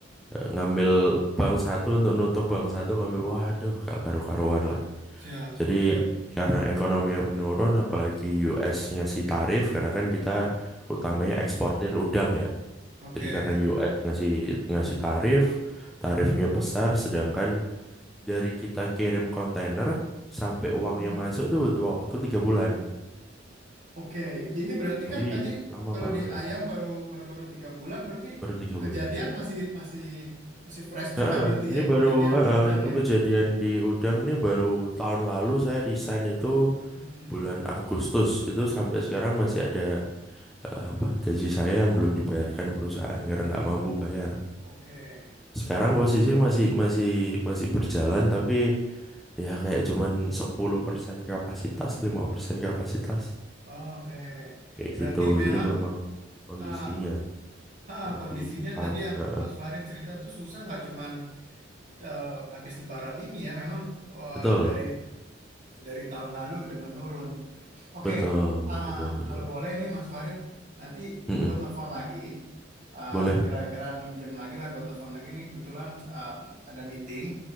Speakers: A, in the centre; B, on the right.
A: eh, ngambil bank satu untuk nutup bank satu ngambil waduh gak karu-karuan lah
B: Siap,
A: jadi
B: siap.
A: karena ekonomi yang menurun apalagi US ngasih tarif karena kan kita utamanya eksportir udang ya
B: Oke.
A: jadi karena US ngasih ngasih tarif tarifnya
B: Mm-mm.
A: besar sedangkan dari kita kirim kontainer sampai uangnya
B: Mm-mm.
A: masuk itu butuh waktu tiga bulan
B: Oke, ini berarti
A: Jadi
B: kan tadi
A: lama
B: kalau
A: banget,
B: di ayam baru baru baru tiga bulan berarti ini
A: baru tiga
B: kejadian
A: bulan.
B: masih masih masih fresh
A: Heeh,
B: juga berarti
A: ini
B: ya
A: baru
B: kejadian
A: heeh,
B: di udang
A: itu
B: ya.
A: kejadian di Udang ini baru tahun lalu saya resign itu
B: Mm-mm.
A: bulan Agustus. Itu sampai sekarang masih ada eh, apa gaji saya yang belum dibayarkan perusahaan karena nggak mampu bayar.
B: Oke,
A: Sekarang
B: berat.
A: posisi masih masih masih berjalan tapi ya kayak cuman 10% kapasitas, 5% kapasitas
B: Oke,
A: kayak
B: berarti
A: gitu.
B: memang.
A: Jadi memang kondisinya
B: uh, Ha,
A: lagi
B: kondisinya
A: susah.
B: tadi yang
A: Heeh.
B: Mas Farid cerita tuh susah nggak cuman eh, habis Lebaran ini ya memang eh,
A: Betul.
B: dari dari tahun lalu udah menurun Oke,
A: Betul,
B: ah,
A: betul, betul.
B: kalau boleh nih Mas Farid, nanti
A: Mm-mm.
B: gue telepon lagi. Ah,
A: Boleh.
B: Kira-kira 6 jam lagi lah gue telepon lagi nih. Kebetulan ah, ada meeting